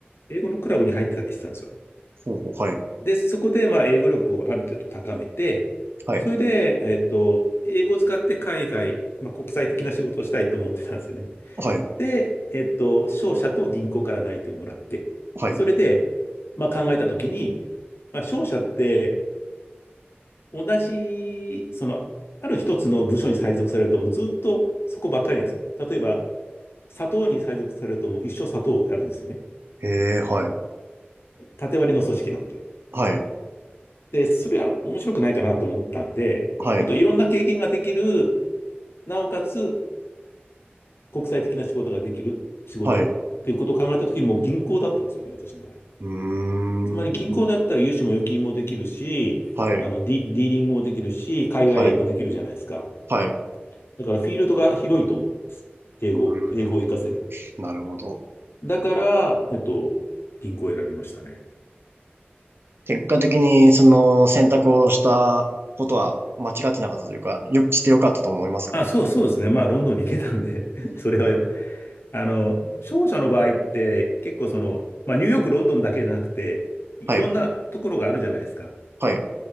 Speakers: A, on the left (about 75°); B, on the right (about 70°).
A: 英語のクラブに入ってたりしてたんですよ。
B: ほうほう、はい、
A: で、そこで、まあ、英語力をある程度高めて、
B: はい、
A: それで、えっと、英語を使って海外、まあ、国際的な仕事をしたいと思ってたんですよね。
B: はい、
A: で、えっと、商社と銀行から内定もらって、
B: はい、
A: それで、まあ、考えたときに、まあ、商社って、同じ、その、ある一つの部署に配属されると、もうずっとそこばっかりなんですよ。例えば、砂糖に配属されると、もう一生砂糖をやるんですよね。
B: へえ、はい、
A: 縦割りの組織なんで。
B: はい、
A: で、それは面白くないかなと思ったんで、
B: はい、
A: もっといろんな経験ができる、なおかつ国際的な仕事ができる仕事っていうことを考えたときに、
B: はい、う
A: もう銀行だったんですよね、私の場合。
B: ーん、
A: つまり銀行だったら融資も預金もできるし、
B: はい、
A: あのディ、ディーリングもできるし、海外営業もできるじゃないですか。
B: はい、はい、う
A: だからフィールドが広いと思ったんです。英語、
B: ーん、
A: 英語を活かせる。
B: なるほど。
A: だから、えっと、銀行を選びましたね。
B: 結果的にその選択をしたことは間違ってなかったというか、よ、してよかったと思いますか
A: あ、そう、そうですね。まあ、ロンドンに行けたんで <laughs> それはよ、あの、商社の場合って結構その、まあ、ニューヨーク、ロンドンだけじゃなくて、いいろんなところがあるじゃないですか。
B: はい、はい、